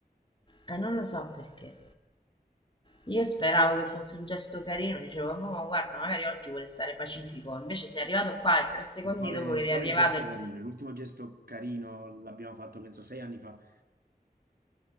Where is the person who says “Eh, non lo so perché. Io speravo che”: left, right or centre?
Left